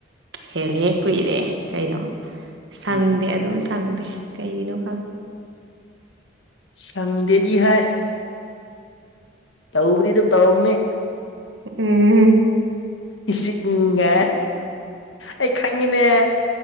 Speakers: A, on the right; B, on the left.
A: ꯍꯦꯜꯂꯦ ꯀꯨꯏꯔꯦ ꯀꯩꯅꯣ ꯁꯪꯗꯦ
B: ꯎꯝ
A: ꯑꯗꯨꯝ ꯁꯪꯗꯦ ꯀꯩꯒꯤꯅꯣ
B: ꯁꯪꯗꯦꯗꯤ ꯍꯥꯏ ꯇꯧꯕꯗꯤ ꯑꯗꯨꯝ ꯇꯧꯔꯝꯃꯤ
A: ꯎꯝ
B: ꯏꯁꯤꯒ ꯑꯩ ꯈꯪꯉꯤ